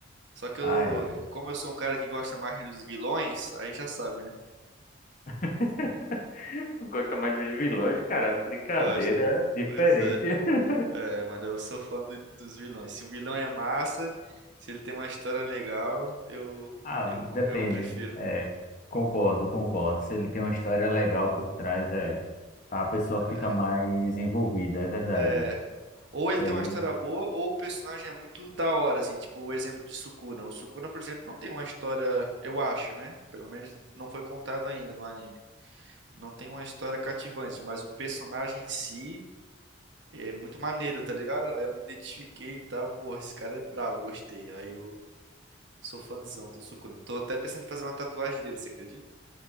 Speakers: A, on the right (about 65°); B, on the left (about 40°).
A: Só que eu,
B: Ah, é.
A: como eu sou um cara que gosta mais dos vilões, aí já sabe, né?
B: <laughs> Não Gosta mais dos vilões, cara. Brincadeira
A: Eu gosto.
B: é
A: Pois
B: diferente.
A: é.
B: <laughs>
A: É, mano, eu sou fã do- dos vilões. Se o vilão é massa, se ele tem uma história legal, eu,
B: Ah,
A: eu,
B: depende.
A: eu prefiro.
B: É, concordo, concordo. Se ele tem uma história legal por trás, é. A pessoa
A: É.
B: fica mais envolvida, é verdade.
A: É.
B: Isso
A: Ou ele tem
B: aí.
A: uma história boa, ou o personagem é muito da hora, assim, tipo o exemplo de Sukuna. O Sukuna, por exemplo, não tem uma história, eu acho, né? Pelo menos não foi contado ainda no anime. Não tem uma história cativante, mas o personagem em si é muito maneiro, tá ligado? Aí eu me identifiquei e tal, porra, esse cara é brabo, gostei. Aí eu sou fãzão do Sukuna. Tô até pensando em fazer uma tatuagem dele, você acredita?